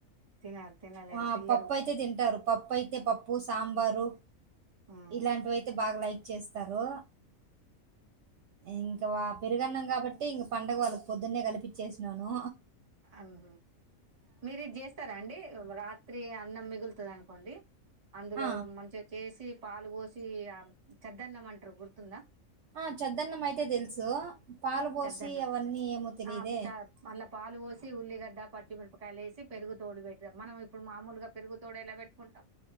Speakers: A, on the right; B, on the right.
A: తిన తినలేరు
B: ఆ
A: పిల్లలు
B: పప్పు అయితే తింటారు పప్పు అయితే పప్పు సాంబారు
A: ఉమ్
B: ఇలాంటివి అయితే బాగా లైక్ చేస్తారు ఇంకా పెరుగన్నాం కాబట్టి ఇంక పండగ వాళ్ళకి పొద్దున్నే కలిపించేసినను
A: అహ మీరు ఇది చేస్తారా అండి రా త్రి అన్నం మిగులుతుంది అనుకోండి అందులో
B: ఆ!
A: మంచిగా చేసి పాలు పోసి చద్దన్నంమంటారు గుర్తుందా
B: ఆ చద్దన్నం అయితే తెలుసు పాలు పోసి
A: చద్దన్నం
B: అవన్నీ ఏమో తెలిదే
A: ఆ చ మళ్ళా పాలు పోసి ఉల్లిగడ్డ పచ్చిమిరపకాయలు వేసి పెరుగు తోడు పెట్టారు మనం ఇప్పుడు మామూలుగా పెరుగు తోడు ఎలా పెట్టుకుంటాం